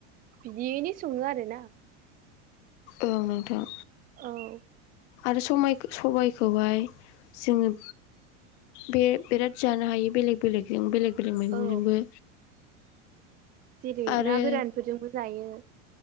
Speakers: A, on the right; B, on the left.
A: बिदियैनो सङो आरोना।
B: औ नोंथां।
A: औ
B: आरो समाय सबायखौहाय जोङो। बे बिराद जानो हायो बेलेग बेलेगजों बेलेग बेलेग मैगंजोंबो।
A: औ जेरै
B: आरो
A: ना गोरानफोरजोंबो जायो।